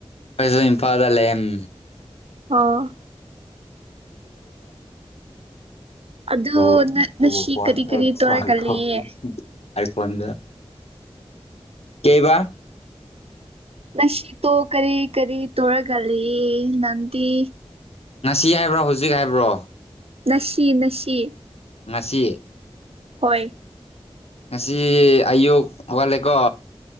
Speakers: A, on the left (about 70°); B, on the right (about 65°).
A: ꯑꯩꯈꯣꯏꯁꯨ ꯏꯝꯐꯥꯜꯗ ꯂꯩꯌꯦ ꯎꯝ
B: ꯑꯣ ꯑꯗꯨ
A: <unintelligible>
B: ꯅ ꯅꯁꯤ ꯀꯔꯤ ꯀꯔꯤ ꯇꯧꯔꯒ ꯂꯩꯌꯦ
A: ꯑꯥꯏꯐꯣꯟꯗ ꯀꯦꯕ
B: ꯅꯁꯤ ꯇꯣ ꯀꯔꯤ ꯀꯔꯤ ꯇꯧꯔꯒ ꯂꯩꯌꯦ ꯅꯪꯗꯤ
A: ꯉꯁꯤ ꯍꯥꯏꯕ꯭ꯔꯣ ꯍꯨꯖꯤꯛ ꯍꯥꯏꯕ꯭ꯔꯣ
B: ꯅꯁꯤ ꯅꯁꯤ
A: ꯉꯁꯤ
B: ꯍꯣꯏ
A: ꯉꯁꯤ ꯑꯌꯨꯛ ꯍꯧꯒꯠꯂꯦꯀꯣ